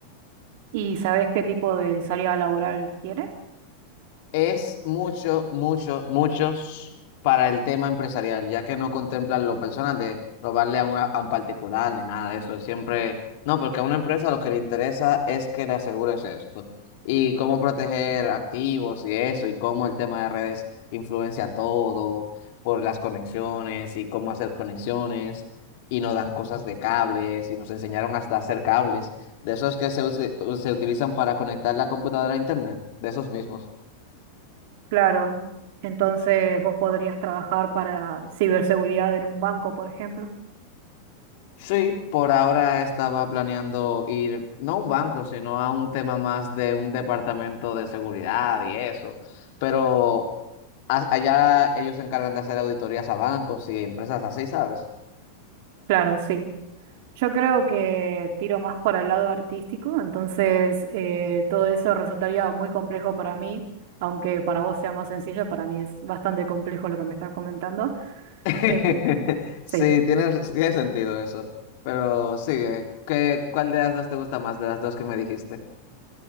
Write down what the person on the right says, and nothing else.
¿Y sabés qué tipo de salida laboral tiene?
Claro, entonces vos podrías trabajar para ciberseguridad en un banco, por ejemplo.
Claro, sí. Yo creo que tiro más para el lado artístico, entonces eh, todo eso resultaría muy complejo para mí, aunque para vos sea más sencillo, para mí es bastante complejo lo que me estás comentando.
Eh,
sí,